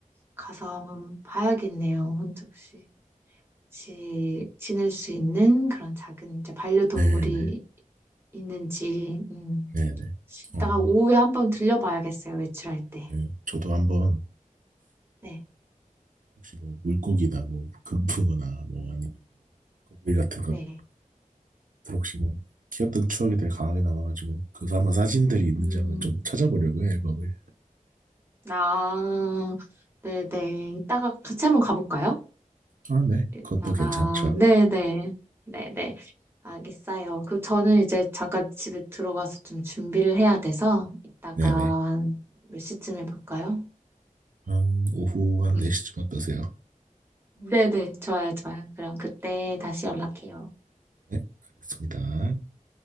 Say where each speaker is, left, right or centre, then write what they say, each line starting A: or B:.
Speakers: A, on the right; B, on the right.
A: 가서 한번 봐야겠네요. 혼자 혹시, 혹 지낼 수 있는 그런 작은 이제 반려동물이
B: 네네,
A: 있는지, 음.
B: 네네.
A: 이따가
B: 어,
A: 오후에 한번 들려봐야겠어요. 외출할 때.
B: 네. 저도 한번
A: 네,
B: 혹시 뭐 물고기나 뭐 금붕어나 뭐 아니 거북이 같은 것들
A: 네.
B: 혹시 뭐 귀엽던 추억이 되게 강하게 남아가지고 그래서 아마 사진들이 있는지
A: 음,
B: 한번 좀 찾아보려고요 앨범을
A: 아, 네네. 이따가 같이 한번 가볼까요?
B: 아 네
A: 이따가,
B: 그것도 괜찮죠
A: 네네. 네네. 알겠어요. 그 저는 이제 잠깐 집에 들어가서 좀 준비를 해야 돼서 이따가
B: 네네
A: 한 몇 시쯤에 볼까요?
B: 한 오후 한
A: <laughs>
B: 4시쯤 어떠세요
A: 네네. 좋아요, 좋아요. 그럼 그때 다시 연락해요.
B: 네 알겠습니다